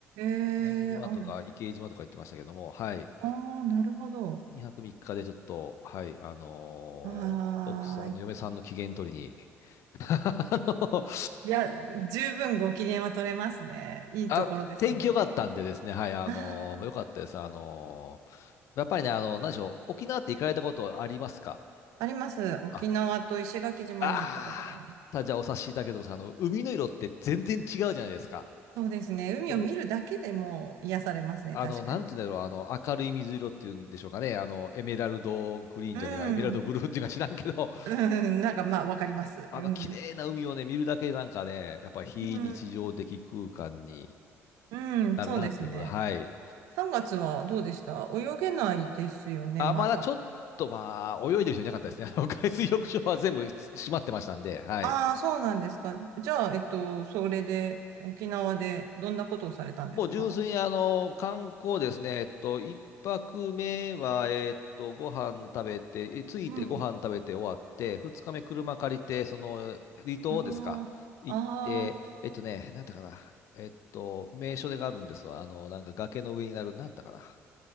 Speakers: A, on the right (about 85°); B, on the left (about 65°).
A: うん。
B: 宮城島とか池江島とか言ってましたけども、
A: ええある。
B: はい。
A: ああ、なるほど。
B: 2泊3日でちょっと、はい、あのー奥さん、
A: ああ、
B: あの嫁さんの機嫌取りに、
A: い
B: <laughs> あの、
A: や、十分ご機嫌は取れますね。いいところですもんね。
B: あ、天気良かったんでですね、はい、あの、
A: ああ、
B: 良かったです。あの、やっぱりね、あの、何でしょう、沖縄って行かれたことありますか
A: あります。沖縄と石垣島に行ったことがあります。
B: あ、あーさあ、じゃあお察しいただければと思いますあの、海の色って全然違うじゃないですか。
A: そうですね。海を見るだけでもう癒されますね。
B: お、あの、
A: 確かに。
B: なんて言うんだろう、あの、明るい水色っていうんでしょうかね、あの、エメラルドグリーンじゃねえわ、
A: うん。
B: エメラルドブルーっていうか知らんけど、<laughs>
A: うん、なんかまあ、わかります。
B: あの、
A: うん。
B: 綺麗な海をね、見るだけでなんかね、やっぱ非日常的空間に
A: うん、うん、
B: なるなっていうことで、
A: そうですね。
B: はい。
A: 3月はどうでした泳げないですよね、
B: あ、
A: まだ。
B: まだちょっと、まあ、泳いでる人いなかったですね。あの、<laughs> 海水浴場は全部閉まってましたんで、はい。
A: ああ、そうなんですか。じゃあ、えっと、それで、沖縄でどんなことをされたんですか
B: もう純粋に、あの、観光ですね。えっと、一泊目は、えっと、ご飯食べて、え着いてご飯食べて終わって、
A: うん。
B: 二日目車借りて、その、離島ですか、
A: あ
B: 行って、
A: あ、ああ、
B: えっとね、なんだかな。えっと、名所でがあるんですわ。あの、なんか崖の上になる、なんだかな。